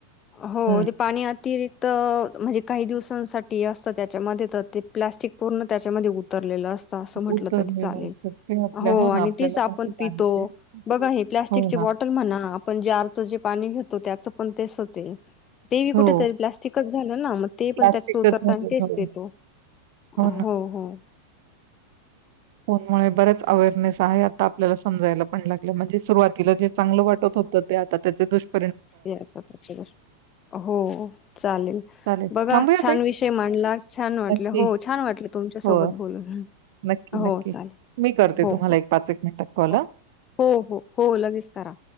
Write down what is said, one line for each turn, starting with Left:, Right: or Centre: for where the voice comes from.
Left: हो,
Right: हं,
Left: ते पाणी अतिरिक्त म्हणजे काही दिवसांसाठी असतं, त्याच्यामध्ये तर ते प्लास्टिक पूर्ण त्याच्यामध्ये उतरलेलं असतं. असं म्हटलं
Right: उत्तर
Left: तरी
Right: दिलं
Left: चालेल
Right: असत, ते आपल्या, हो
Left: आणि
Right: ना आपल्याला
Left: तेच आपण
Right: <inaudible>
Left: पितो
Right: आहे ते
Left: बघा, हे प्लास्टिक
Right: हो
Left: चे
Right: ना.
Left: बॉटल म्हणा, आपण जारचं जे पाणी घेतो, त्याच पण तसंच आहे. तेही
Right: हो,
Left: कुठेतरी प्लास्टिकच झालं ना? मग ते पण
Right: प्लास्टिकच
Left: त्याच्यात उतरतं
Right: झालं.
Left: आणि तेच
Right: हो,
Left: पितो... हो-हो.
Right: हो ना.
Left: <inaudible>
Right: फोनमुळे बरेच अवेअरनेस आहे आता, आपल्याला समजायला पण लाग म्हणजे, सुरुवातीला जे चांगलं वाटत होतं. ते आता त्याचे दूष
Left: ते आता <inaudible> हो, चालेल.
Right: चालेल
Left: बघा,
Right: थांबूया
Left: छान
Right: ताई?
Left: विषय मांडला, छान वाटले,
Right: नक्की.
Left: हो, छान वाटलं तुमच्या
Right: हो.
Left: सोबत बोलून!
Right: नक्की,
Left: हो,
Right: नक्की.
Left: चालेल.
Right: मी करते
Left: हो
Right: तुम्हाला
Left: हो,
Right: एक एक मिनिटात कॉल
Left: हो
Right: हां.
Left: हो, हो लगेच करा.